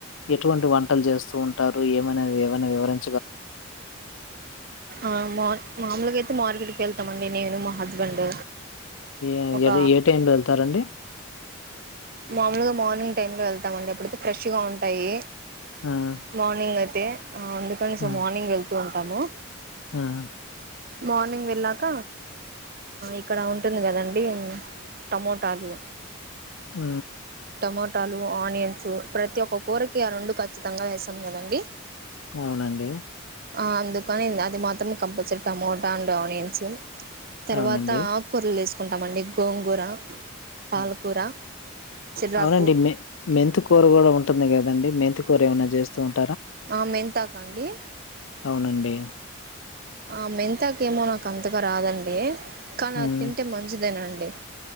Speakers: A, on the left; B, on the right.
A: ఎటువంటి వంటలు చేస్తూ ఉంటారు ఏమన్నా ఏమైనా వివరంగా
B: ఆ మా మామూలుగా అయితే మార్కెట్కి వెళ్తామండి నేను మా హస్బెండ్
A: ఏ
B: ఒక
A: ఏ టైంలో వెళ్తారండి
B: మామూలుగా మార్నింగ్ టైమ్ లో వెళ్తామండి అప్పుడైతే ఫ్రెష్గా ఉంటాయి
A: హ్మ్.
B: మార్నింగ్ అయితే అందుకని
A: హ్మ్.
B: సో మార్నింగ్ వెళ్తూ ఉంటాము
A: హ్మ్.
B: మార్నింగ్ వెళ్ళాక ఇక్కడ ఉంటుంది కదండి టమాటలు
A: ఆ
B: టమటాలు ఆనియన్స్ ప్రతి ఒక్క కూరకి ఆ రెండు ఖచ్చితంగా వేస్తామ్ కదండి
A: అవునండి
B: అందుకని అది మాత్రం కంపల్సరీ టమటా అండ్ ఆనియన్స్ తర్వాత
A: అవునండి.
B: ఆకుకూరలు తిసుకుంటామండి గోంగూర పాలకూర
A: హ్మ్.
B: చిరాకు
A: అవునండి మెంతికూర కూడా ఉంటుంది కదండి మెంతి కూర ఏమైనా చేస్తూ ఉంటరా
B: ఆ మెంతి ఆక అండి
A: అవునండి.
B: ఆ మెంతకమో నాకు అంతగా రాదండి కానీ
A: హ్మ్.
B: అది తింటే మంచిదేనండి తే